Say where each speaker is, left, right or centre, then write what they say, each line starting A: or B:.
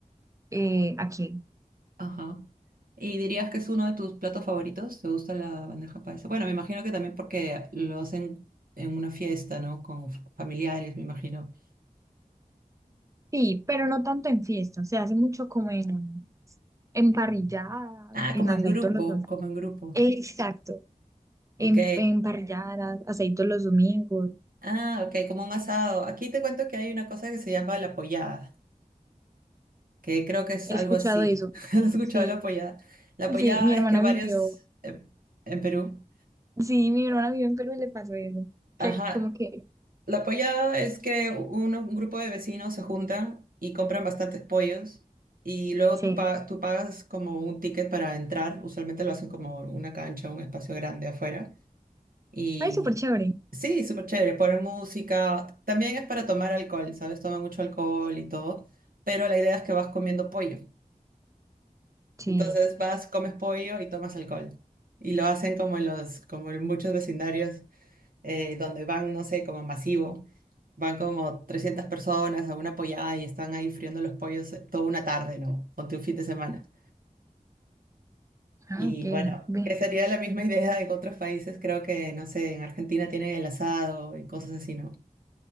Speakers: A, on the right; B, on the right.
A: eh, aquí.
B: Ajá. ¿Y dirías que es uno de tus platos favoritos? ¿Te gusta la bandeja paisa? Bueno, me imagino que también porque lo hacen en una fiesta, ¿no? Con familiares, me imagino.
A: Sí, pero no tanto en fiestas. Se hace mucho como en, en parrilladas,
B: Ah,
A: en
B: como
A: aceitos
B: en grupo,
A: los dos.
B: como en grupo.
A: Exacto.
B: Ok.
A: en, en parrilladas, aceitos los domingos.
B: Ah, ok, como un asado. Aquí te cuento que hay una cosa que se llama la pollada, que creo que es
A: He
B: algo
A: escuchado
B: así.
A: eso.
B: <laughs> ¿Has escuchado
A: Sí,
B: la pollada? La pollada
A: sí, mi hermana
B: es que varios,
A: vivió,
B: eh, en Perú,
A: sí, mi hermana vivió en Perú y le pasó eso.
B: ajá,
A: Que como que,
B: la pollada es que uno- un grupo de vecinos se juntan y compran bastantes pollos y luego
A: sí,
B: tú, pa- tú pagas como un ticket para entrar, usualmente lo hacen como una cancha, un espacio grande afuera. Y
A: ay, súper chévere.
B: sí, súper chévere, poner música. También es para tomar alcohol, ¿sabes? Toma mucho alcohol y todo. Pero la idea es que vas comiendo pollo.
A: Sí.
B: Entonces vas, comes pollo y tomas alcohol. Y lo hacen como en los, como en muchos vecindarios eh, donde van, no sé, como masivo. Van como 300 personas a una pollada y están ahí friendo los pollos eh, toda una tarde, ¿no? Ponte un fin de semana.
A: Ah,
B: Y
A: ok,
B: bueno,
A: ve.
B: que sería la misma idea en otros países. Creo que, no sé, en Argentina tienen el asado y cosas así, ¿no?